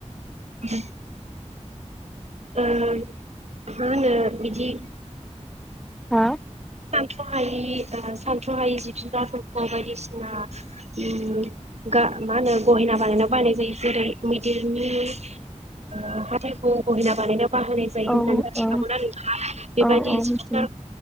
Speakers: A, on the right; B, in the centre.
A: <unintelligible> ओम मा होनो बिदि।
B: हा?
A: सानथ्र'हायि ओ सानथ्र'हायि जिब जुनारफोरखौ बायदिसिना ओम गा मा होनो गहेना बानायनायाव बाहायजायो जायो जेरै- मैदेरनि <unintelligible> बाहायनाय जायो
B: औ
A: होननानै मिथिखागौना
B: औ
A: नोंथाङा बेबायदि
B: औ औ
A: जुनार
B: मिथियो